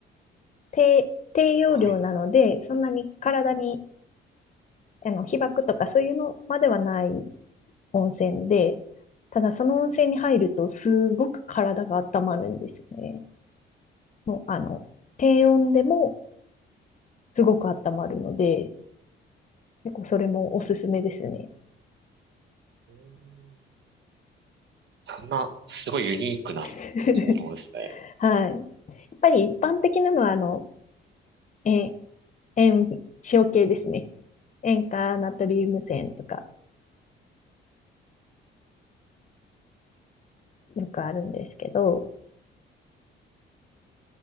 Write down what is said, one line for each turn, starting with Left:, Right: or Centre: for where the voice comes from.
Left: 低、低用量なので、
Right: はい。
Left: そんなに体に、あの、被曝とかそういうのまではない温泉で、ただその温泉に入るとすごく体が温まるんですよね。もう、あの、低温でもすごく温まるので、結構それもおすすめですね。
Right: うーんそんな、すごいユニークな効能ですね。
Left: <laughs> はい。やっぱり一般的なのは、あの、塩、塩、塩系ですね。塩化ナトリウム泉とかよくあるんですけど、